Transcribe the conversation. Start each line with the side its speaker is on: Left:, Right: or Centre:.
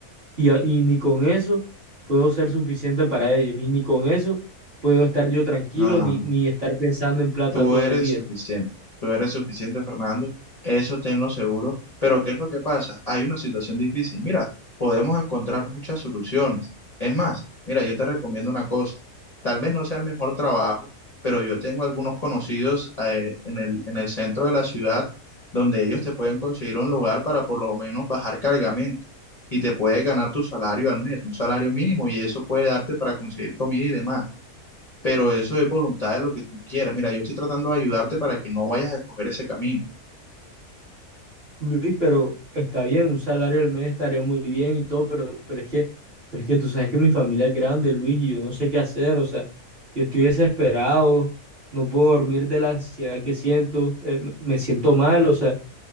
Right: y, a- y ni con eso puedo ser suficiente para ellos. Y ni con eso puedo estar yo tranquilo
Left: no, no,
Right: ni,
Left: no.
Right: ni estar pensando en plata
Left: Tú
Right: todo
Left: eres
Right: el día.
Left: suficiente, tú eres suficiente, Fernando, eso tenlo seguro, pero ¿qué es lo que pasa? Hay una situación difícil. Mira, podemos encontrar muchas soluciones. Es más, mira, yo te recomiendo una cosa, tal vez no sea el mejor trabajo, pero yo tengo algunos conocidos eh, en el, en el centro de la ciudad donde ellos te pueden conseguir un lugar para por lo menos bajar cargamento y te puedes ganar tu salario al mes, un salario mínimo, y eso puede darte para conseguir comida y demás pero eso es voluntad de lo que tú quieras. Mira, yo estoy tratando de ayudarte para que no vayas a escoger ese camino.
Right: Luis, pero está bien, un salario al mes estaría muy bien y todo, pero, pero es que, pero es que tú sabes que mi familia es grande, Luis, y yo no sé qué hacer, o sea, yo estoy desesperado, no puedo dormir de la ansiedad que siento, eh, me, me siento mal, o sea,